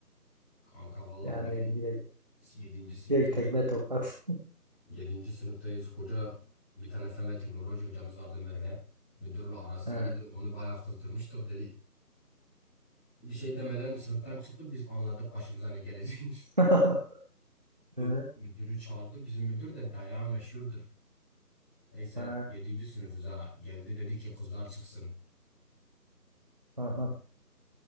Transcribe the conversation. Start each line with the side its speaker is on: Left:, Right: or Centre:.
Centre: Kanka valla
Right: Yani
Centre: bir gün
Right: direkt,
Centre: yedinci sınıftayız.
Right: direkt tekme tokat.
Centre: yedinci sınıftayız. Hoca bir tane fen ve teknoloji hocamız vardı Merve. Müdürle arası
Right: He.
Centre: iyiydi. Onu bayağı kızdırmıştık Dedi bir şey demeden sınıftan çıktı. Biz anladık başımıza ne geleceğini.
Right: <laughs>
Centre: <laughs>
Right: He.
Centre: Müdürü çağırdı. Bizim müdür de dayağı meşhurdur. Neyse
Right: He.
Centre: yedinci sınıfız ha. Geldi dedi ki kızlar çıksın.
Right: Aha.